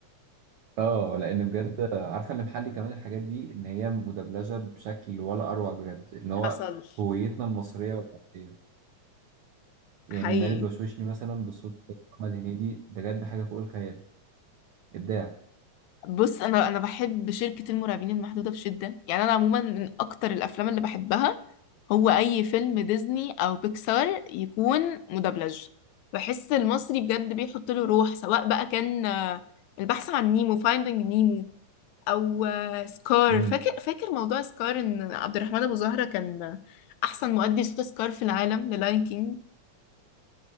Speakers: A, on the right (about 65°); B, on the left (about 80°).
A: اه لان بجد عارفه اللي محلي كمان الحاجات دي ان هي مدبلجه بشكل ولا اروع بجد اللي
B: حصل
A: هو هويتنا المصريه والعربيه يعني
B: حقيقي
A: مارد وشوشني مثلا بصوت محمد هنيدي بجد حاجه فوق الخيال ابداع
B: بص انا انا بحب شركة المرعبين المحدودة بشدة يعني انا عموما من اكتر الافلام اللي بحبها هو اي فيلم ديزني او بيكسار يكون مدبلج بحس المصري بجد بيحط له روح سواء بقى كان آه، البحث عن نيمو فايندينج نيمو او آه، سكار
A: امم
B: فاكر فاكر موضوع سكار ان عبد الرحمن ابو زهرة كان احسن مؤدي صوت سكار في العالم للاين كينج